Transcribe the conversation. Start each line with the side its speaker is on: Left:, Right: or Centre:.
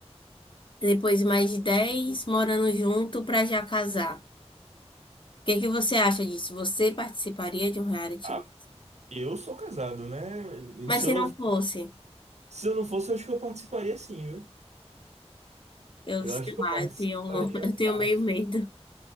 Left: Depois mais de dez morando junto pra já casar. O que que você acha disso? Você participaria de um reality?
Right: ah, eu sou casado, né?
Left: Mas
Right: Se
Left: se
Right: eu
Left: não
Right: não,
Left: fosse,
Right: se eu não fosse, eu acho que eu participaria sim, viu?
Left: eu
Right: Eu
Left: sei
Right: acho que
Left: lá,
Right: eu participaria
Left: eu tenho, <laughs> eu tenho
Right: fácil.
Left: meio medo.